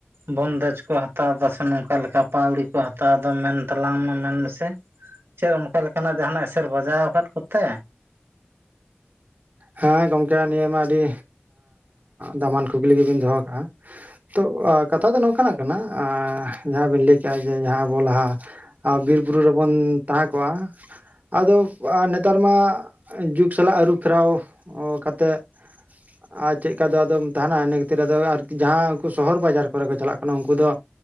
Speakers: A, on the right (about 80°); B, on the right (about 45°).
A: ᱵᱚᱱᱫᱮᱡᱽ ᱠᱚ ᱦᱟᱛᱟᱣ ᱮᱫᱟ ᱱᱚᱝᱠᱟ ᱞᱮᱠᱟ ᱯᱟᱹᱣᱲᱤ ᱠᱚ ᱦᱟᱛᱟᱣ ᱮᱫᱟ ᱢᱮᱱ ᱛᱟᱞᱟᱝ ᱢᱮ ᱢᱮᱱ ᱢᱮᱥᱮ ᱪᱮᱫ ᱚᱱᱠᱟᱮ ᱞᱮᱠᱟᱱᱟᱜ ᱡᱟᱦᱟᱸᱱᱟᱜ ᱮᱥᱮᱨ ᱵᱟᱡᱟᱣ ᱟᱠᱟᱫ ᱠᱚᱛᱮ
B: ᱦᱮᱸ ᱜᱚᱝᱠᱮ ᱱᱤᱭᱟᱹ ᱢᱟ ᱟᱹᱰᱤ ᱫᱟᱢᱟᱱ ᱠᱩᱠᱞᱤ ᱜᱮᱵᱤᱱ ᱫᱚᱦᱚ ᱠᱟᱜᱼᱟ ᱛᱚ ᱠᱟᱛᱷᱟ ᱫᱚ ᱱᱚᱝᱠᱟᱱᱟᱜ ᱠᱟᱱᱟ ᱡᱟᱦᱟᱸ ᱵᱤᱱ ᱞᱟᱹᱭ ᱠᱮᱜᱼᱟ ᱡᱮ ᱡᱟᱦᱟᱸ ᱟᱵᱚ ᱞᱟᱦᱟ ᱟᱨ ᱵᱤᱨ ᱵᱩᱨᱩ ᱨᱮᱵᱚᱱ ᱛᱟᱦᱮᱸ ᱠᱚᱜᱼᱟ ᱟᱫᱚ ᱱᱮᱛᱟᱨ ᱢᱟ ᱡᱩᱜᱽ ᱥᱟᱞᱟᱜ ᱟᱹᱨᱩᱯᱷᱮᱨᱟᱣ ᱠᱟᱛᱮᱫ <inaudible> ᱟᱨ ᱪᱮᱫ ᱞᱮᱠᱟ ᱫᱚ ᱟᱫᱚᱢ ᱛᱟᱦᱮᱱᱟ ᱤᱱᱟ. ᱠᱷᱟᱹᱛᱤᱨ ᱟᱫᱚ ᱟᱨᱠᱤ ᱡᱟᱦᱟᱸᱭ ᱩᱱᱠᱩ ᱥᱚᱦᱚᱨ ᱵᱟᱡᱟᱨ ᱠᱚᱨᱮ ᱠᱚ ᱪᱟᱞᱟᱜ ᱠᱟᱱᱟ ᱩᱱᱠᱩ ᱫᱚ